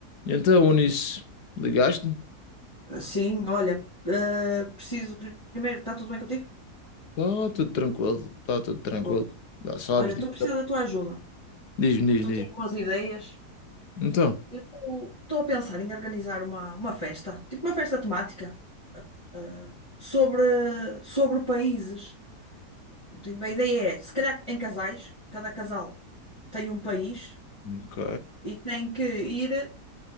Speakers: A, on the left; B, on the left.
A: Então, Unis, ligaste-me?
B: Sim, olha, eh, preciso pri- primeiro, está tudo bem contigo?
A: Está tudo tranquilo, está tudo tranquilo.
B: Boa.
A: Já sabes,
B: Olha, estou
A: diz-
B: a precisar da tua ajuda.
A: diz-me, diz-me,
B: Tu tens
A: diz-me.
B: boas ideias?
A: Então,
B: Eu estou a pensar em organizar uma, uma festa, tipo uma festa temática, eh, sobre, sobre países. Eu digo, a ideia é, se calhar em casais, cada casal tem um país
A: ok.
B: e tem que ir